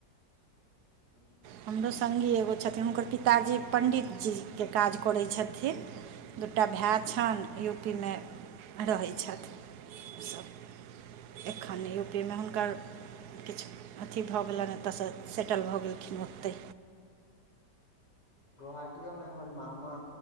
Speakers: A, on the left; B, on the right.
A: हूँ
B: हमरो संगी एगो छथिन हुनकर पिताजी पण्डितजीके काज करै छथिन दू टा भाय छनि यू पी मे रहै छथि
A: <inaudible>
B: सभ एखन यू पी में हुनकर किछु अथी भऽ गेलनि एतऽसँ सेटल भऽ गेलखिन ओतै
A: गोहाटियो में हमर मामा